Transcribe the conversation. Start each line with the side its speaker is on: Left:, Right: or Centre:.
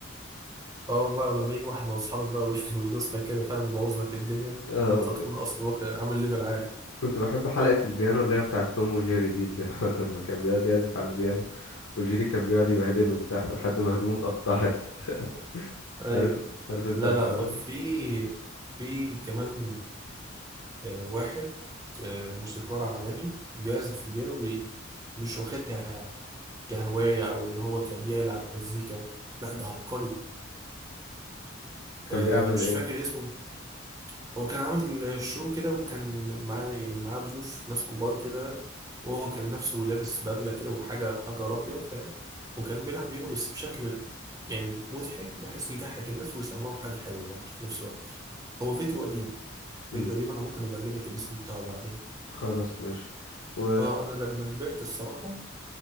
Right: آه بقى ولما يجي واحد من أصحابك بقى وي- <laughs> ويدوس لك كده فاهم يبوظ لك الدنيا
Left: اه
Right: وأنت
Left: وكنت
Right: تكون أصلا واخد- عامل ليفل عالي
Left: كنت بحب حلقة البيانو اللي هي بتاعة توم وجيري دي اللي هو <laughs> لما كان بيقعد يعزف على البيانو وجيري كان بيقعد يبهدله من تحت لحد ما هدومه اتقطعت <laughs>
Right: أيوة
Left: عارف عارف انت
Right: لا
Left: الحوار
Right: لا
Left: ده
Right: في في كمان آه، واحد آه، موسيقار عالمي بيعزف في بيانو بي- مش واخدها كهواية أو إن هو كان بيلعب مزيكا لا ده عبقري
Left: كان
Right: آه،
Left: بيعمل
Right: مش
Left: ايه
Right: فاكر اسمه هو كان عامل شو كده وكان معاه يعني معاه ضيوف ناس كبار كده وهو كان نفسه لابس بدلة كده وحاجة حجر أبيض فاهم وكان بيلعب بيانو بس بشكل يعني مضحك بحيث يضحك الناس ويسمعهم حاجة حلوة برضه في نفس الوقت هو فيديو قديم
Left: مم.
Right: فيديو قديم أنا ممكن أبقى أجيب لك الاسم بتاعه بعدين
Left: خلاص ماشي و
Right: اه انا لما كبرت الصراحه